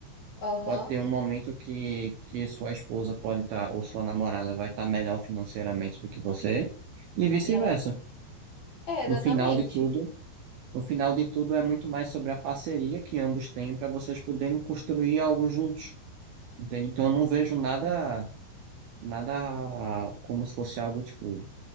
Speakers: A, on the left (about 55°); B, on the right (about 75°).
A: Aham.
B: Pode ter um momento que, que sua esposa pode estar, ou sua namorada vai estar melhor financeiramente do que você, e vice-versa.
A: E ela. É, exatamente.
B: No final de tudo, no final de tudo é muito mais sobre a parceria que ambos têm para vocês poderem construir algo juntos. Entende? Então eu não vejo nada, nada como se fosse algo tipo,